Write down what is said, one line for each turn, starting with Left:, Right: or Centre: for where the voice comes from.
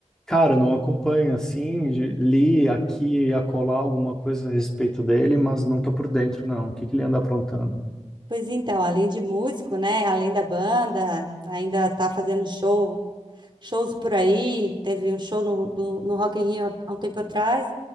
Centre: Cara, eu não acompanho assim, de- li aqui e acolá alguma coisa a respeito dele, mas não tô por dentro, não. O que que ele anda aprontando?
Right: Pois então, além de músico, né? Além da banda, ainda tá fazendo show, shows por aí. Teve um show no, do- no Rock in Rio há um tempo atrás,